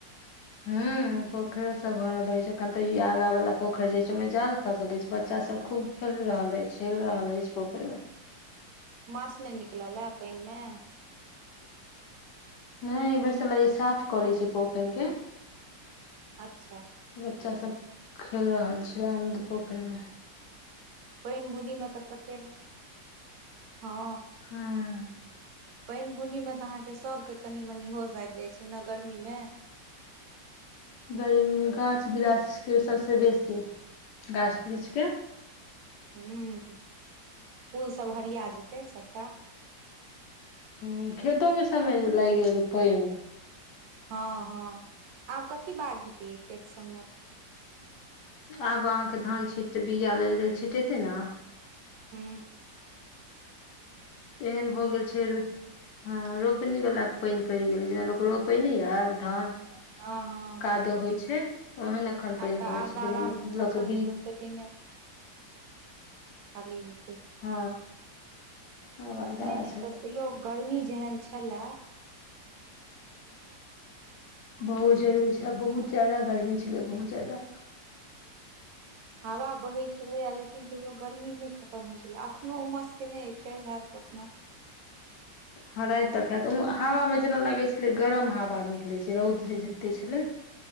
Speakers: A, on the left (about 70°); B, on the right (about 80°).
A: ह पोखरिो सब भ रहल अछि एखन तऽ ई आगा वालला पोखरि जा छै ओहिमे जाल खसल अछि छै बच्चा सब खूब खेल रहल अछि हेल रहल अछि पोखरि मे
B: मस ने निकल ल पहिनमे।
A: नहि एहि बेर चला साफ करै छै पोखरिके।
B: अच्छा
A: बच्चा सब खेल रहल छीिय अन्ध पोखरिमे।
B: पानि बुनीमे तऽ कते रह हँ।
A: हँ
B: पानि बुनीमे तऽ अहाँके सभके कनि मनि होश आबि जाइ छै ने गर्मीमे।
A: गर्मीमे गाछ वृछके सभसे बेसी गाछ वृक्षके।
B: ह्म्म फूलसभ हरिया जेतै सभटा
A: ह खेतोमे समय लागि गेल पानि
B: हँ हँ आब कथी ी बाग हेै खेत सममे
A: आब अहाँके धान छीट तऽ बीआा लेल छिटेतै ने
B: हँ।
A: तेहन भऽ गेल छै। हँ रोपनी वालला पानि पड़ि गेलै जेना लोक रोपेने यए धान
B: हँ हँ
A: कादो होइ छै। ओहन एखन पानि
B: आब तऽ
A: भऽ गेल
B: आरद्रामे
A: छै लेकिन लोक
B: न्षत्रमे
A: भी
B: पहिने खाली ह
A: हँ। आवाज दादा
B: नहि नहि
A: छथि
B: तऽ तयो गर्मी जेहन छल
A: बहुत जरूरी छल बहुत जादा गर्मी किने बहुत जाददा
B: हवा बहै छलैया लेकिन तैयो गर्मी नहि ख हो छल एख ओ मास कि नहि फेर होयैत कखनो।
A: हँ राति तक हात ओहि हवामे जेना लागै छलै गरम हवा निकलैत छै रौद जे जुतितै छलै।